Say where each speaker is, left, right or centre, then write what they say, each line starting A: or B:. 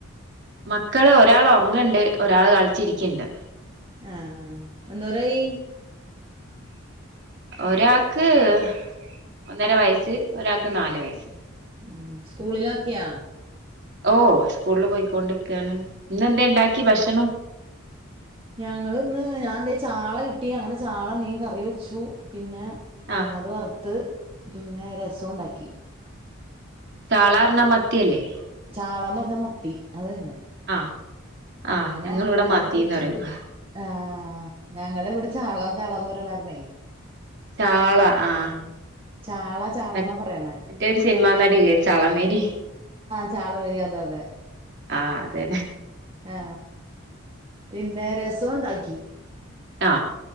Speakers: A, on the right; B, on the right.
A: മക്കള് ഒരാള് ഒ ങ്ങണ്ട്, ഒരാള് കളിച്ചിരിക്ക്ണ്ട്.
B: ആഹ് എന്തൊരായി
A: <inaudible> ഒരാക്ക് മ് ഒന്നര വയസ്സ് ഒരാൾക്ക് നാല് വയസ്സ്.
B: ഹ്മ്മ് സ്കൂളിലാക്കിയാ
A: ഓ സ്കൂളില് പോയിക്കൊണ്ടിരി ക്കാണ്. ഇന്നെന്തെ ഇണ്ടാക്കി ഭക്ഷണം
B: ഞങ്ങള് ഇന്ന് ഞാൻന്തേ ചാള കിട്ടി. അങ്ങനെ ചാള മീൻ കറി വെച്ചു പിന്നെ
A: ആഹ്
B: ഏഹ് അത് വർത്ത്. പിന്നെ രസുണ്ടാക്കി.
A: ചാളാ പറഞ്ഞ മത്തിയല്ലേ?
B: ചാളന്ന് പറഞ്ഞാ മത്തി അതന്നെ
A: ആഹ് ആഹ്
B: അങ്ങനെ
A: ഞങ്ങളിവിടെ മത്തീന്ന്
B: അത് വെച്ചു.
A: പറയും
B: ആഹ് ആ ഞങ്ങള് ഇവിടെ ചാള ചാളന്ന് പറയനുണ്ടായിരുന്നേ
A: ചാള, ആ
B: ചാള ചാളന്നാ
A: മ
B: പറയണേ
A: മറ്റെരു സിനിമ നടിയില്ലേ ചളമേരി
B: ചാള മേരിയാ അതെയതെ.
A: ആ അതെ
B: ആ പിന്നെ രസുഉണ്ടാക്കി
A: ആ